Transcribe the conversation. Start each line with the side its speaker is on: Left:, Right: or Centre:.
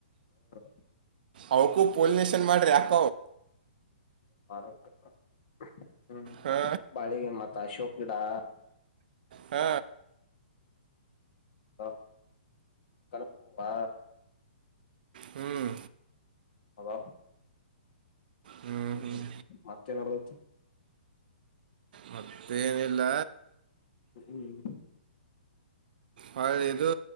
Left: ಹ್ಮ
Right: ಅವಕೂ ಪೋಲಿನಷನ್ ಮಾಡ್ರಿ ಯಾಕ
Left: ಮಾಡತಪ್ಪ ಹ್ಮ್
Right: ಹಾ
Left: ಬಾಳಿಗೆ ಮತ ಅಶೋಕ್ ಡಾ
Right: ಹ್ಮ
Left: ಹ ಕಣಕಾ
Right: ಹ್ಮ್
Left: ಹದ
Right: ಹ್ಮ್
Left: ಹ
Right: ಹ್ಮ್
Left: ಮತ್ತೇನಡ್ತಿ
Right: ಮತ್ತ ಏನಿಲ್ಲ
Left: ಹ್ಮ್
Right: ಹೌ ಇದು